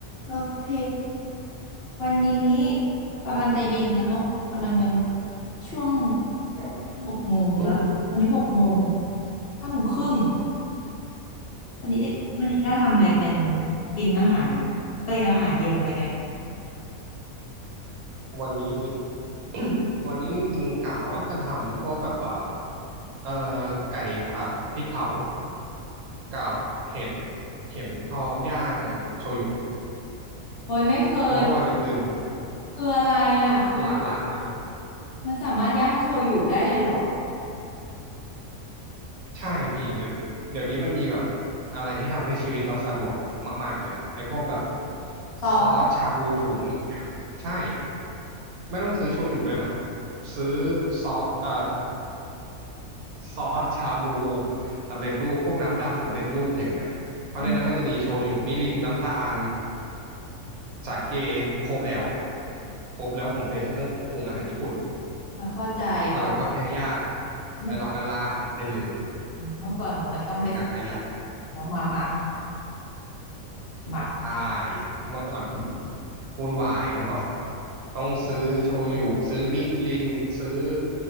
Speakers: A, on the left; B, on the right.
A: โอเค วันนี้กำลังจะเย็นแล้วเนาะกำลังจะช่วง
B: ครับ
A: หกโมงแล้วตอนนี้หกโมง
B: <coughs>
A: ห้าโมงครึ่งวันนี้ได้วันนี้จะทำอะไรกันกินอาหารเอ้ยอาหารเย็นอะไรกันครับ
B: วันนี้ <coughs> วันนี้จริงๆกะว่าจะทำพวกแบบว่าเอ่อไก่ผัดพริกเผากับเห็ดเข็มทองย่างโชยุ
A: โอ้ยไม่เคย
B: เพราะว่าวันอื่นๆผม
A: คืออะไรอ่ะคือมัน
B: หลากหลายมากเลย
A: มันสามารถย่างโชยุได้เลยเหรอ
B: ใช่พี่เดี๋ยวเดี๋ยวนี้มันมีแบบอะไรที่ทำให้ชีวิตเราสะดวกมากๆเลยอะไอ้พวกแบบ
A: ซอส
B: ซอสชาบูถุงอย่างเงี้ยใช่ไม่ต้องซื้อโชยุด้วยนะซื้อซอสเอ่อ ซอสชาบูสำเร็จรูปพวกน้ำดำสำเร็จรูปอย่างเงี้ยเพราะในนั้นมันจะมีโชยุมิรินน้ำตาล
A: อืม
B: สาเกครบแล้วครบแล้วของเบสเครื่องปรุงอาหารญี่ปุ่น
A: เข้าใจว่า
B: เราก็แค่ย่าง
A: เมื่อก่อน
B: แล้วเราก็ราดได้เลย
A: เมื่อก่อนเหมือนมันต้องไปซื้อ
B: เป็นการประหยัด
A: แล้วมาหมักหมัก
B: ใช่เมื่อก่อนวุ่นวายเมื่อก่อนต้องซื้อโชยุซื้อมิรินซื้อ